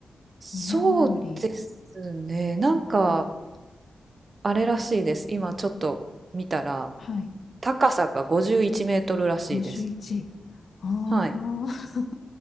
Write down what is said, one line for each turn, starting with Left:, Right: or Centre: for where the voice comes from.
Right: そうですね。
Left: 日本のより、
Right: なんか、あれらしいです。今ちょっと見たら、
Left: はい、
Right: 高さが51メートルらしいです。
Left: 51。ああ、
Right: はい。